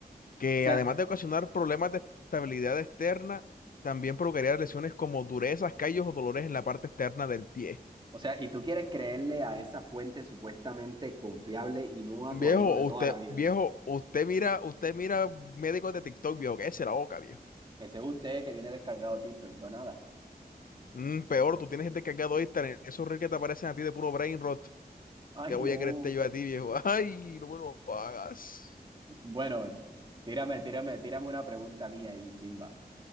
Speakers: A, on the left (about 60°); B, on the right (about 30°).
A: que
B: sea,
A: además de ocasionar problemas de estabilidad externa, también provocaría lesiones como durezas, callos o dolores en la parte externa del pie.
B: o sea, y tú quieres creerle a esa fuente supuestamente confiable y no a
A: Viejo,
B: tu amigo de
A: usted,
B: toda la vida.
A: viejo, usted mira, usted mira médicos de TikTok, viejo, que es la boca, viejo.
B: Ese es usted que tiene descargado Tito, yo nada.
A: Mm, peor, tú tienes gente cargado ahí, en esos reels que te aparecen a ti de puro brain rot.
B: Ay,
A: ¿Qué voy
B: no.
A: a creerte yo a ti, viejo? <laughs> Ay, no me lo hagas.
B: Bueno, tírame, tírame, tírame una pregunta mía ahí, chimba.